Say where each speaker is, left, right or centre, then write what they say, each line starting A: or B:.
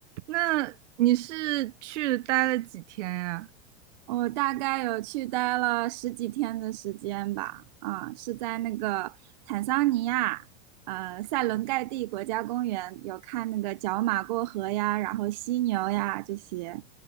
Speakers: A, on the right (about 75°); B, on the right (about 40°).
A: 那你是去待了几天呀？
B: 我大概有去待了十几天的时间吧，啊，是在那个坦桑尼亚，呃，塞伦盖蒂国家公园有看那个角马过河呀，然后犀牛呀这些，